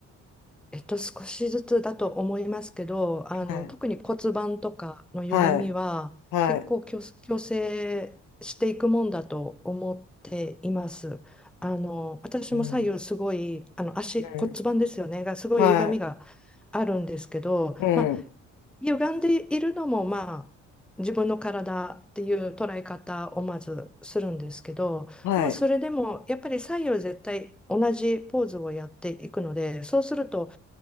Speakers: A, in the centre; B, on the left (about 85°).
A: えっと、少しずつだと思いますけどあの特に骨盤とかの歪みは結構矯矯正していくもんだと思っています。
B: はい。はい。はい。
A: あの私も左右すごいあの足骨盤ですよねがすごい歪みが
B: うん。うん。は
A: あるんですけど、
B: い。うん。
A: ま歪んでいるのもまあ自分の体っていう捉え方をまずするんですけどでもそれでもやっぱり左右絶対同じポーズをやっていくのでそうすると
B: はい。